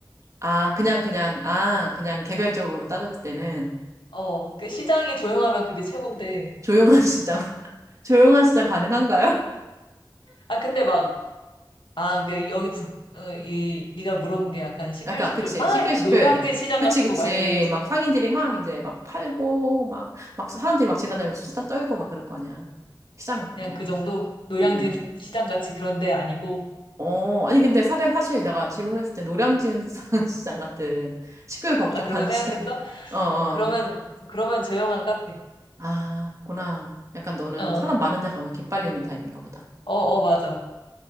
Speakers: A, on the right (about 40°); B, on the left (about 85°).
A: 아, 그냥, 그냥, 아, 그냥 개별적으로 따졌을 때는
B: 어, 그 시장이 조용하면 그게 최고인데.
A: 조용한 <laughs> 시장, 조용한 시장 가능한가요?
B: 아, 근데 막, 아, 그 여기 북, 어, 이, 네가 물어본 게 약간 시끌시끌,
A: 약간, 그치,
B: 막
A: 시끌시끌.
B: 이렇게 노량진 시장
A: 그치,
B: 같은
A: 그치.
B: 거 말고,
A: 막 상인들이 막 이제 막 팔고, 막, 막 사람들이 막 지나다니면서 수다 떨고 막 그럴 거 아니야. 시장은 보통.
B: 그냥 그 정도? 노량진
A: 음.
B: 시장 같이 그런 데 아니고,
A: 어, 아니, 근데 사실, 사실 내가 질문했을 때 노량진 수산 <laughs> 시장 같은 시끌벅적한
B: 아, 그런 거 생각했어?
A: 시장, <laughs> 어, 어.
B: 그러면, 그러면 조용한 카페.
A: 아, 구나. 약간 너는
B: 어,
A: 사람 많은 데 가면 기빨리는 타입인가 보다.
B: 어, 어, 맞아.